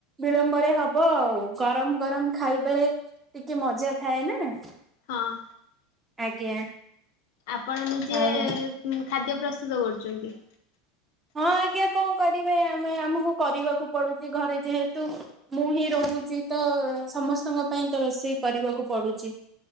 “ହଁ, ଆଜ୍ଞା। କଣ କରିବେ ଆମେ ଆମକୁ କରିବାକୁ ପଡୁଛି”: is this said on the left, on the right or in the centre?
Right